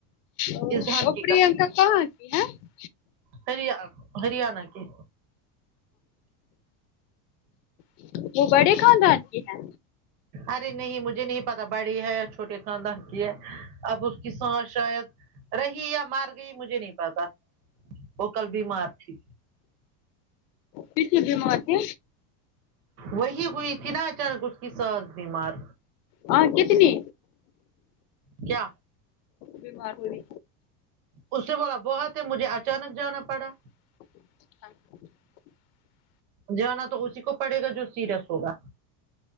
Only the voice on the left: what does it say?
اور
پرنکا کہا ہے ہاں
اچھا وہ بڑے خاندان کی ہے
کیسی بیمار پہ
ہاں کتنی
بیمار ہوئی
اچھا